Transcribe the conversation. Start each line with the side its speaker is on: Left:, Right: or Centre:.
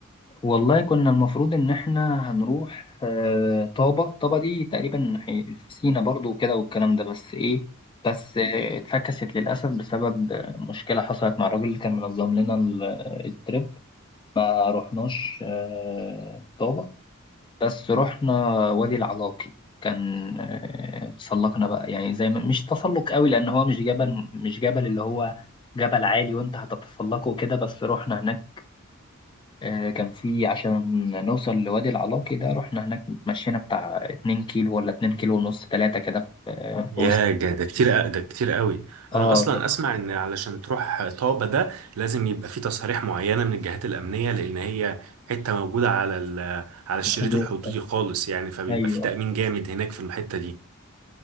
Left: والله كنا المفروض إن إحنا هنروح آه، طابة طابة دي تقريبا حي- في سينا برضو وكده والكلام ده بس إيه بس آه، اتفكست للأسف بسبب آه، مشكلة حصلت مع الراجل اللي كان منظم لنا ال- الترip ما رحناش آه، طابة بس رحنا وادي العلاقي كان آه، تسلقنا بقى يعني زي ما مش تسلق قوي لأن هو مش جبل مش جبل اللي هو جبل عالي وأنت هتتسلقه كده بس رحنا هناك آه، كان في عشان نوصل لوادي العلاقي ده رحنا هناك مشينا بتاع 2 كيلو ولا 2 كيلو ونص 3 كده في آه،
Right: يا
Left: في وسط
Right: جا- ده كتير أ- ده كتير قوي
Left: اه
Right: انا اصلا
Left: ده
Right: اسمع ان علشان تروح طابة ده لازم يبقى في تصاريح معينة من الجهات الامنية لان هي حتة موجودة على ال- على الشريط
Left: في الحدود
Right: الحدودي
Left: ده.
Right: خالص يعني فبيبقى
Left: ايوه
Right: في تأمين جامد هناك في الحتة دي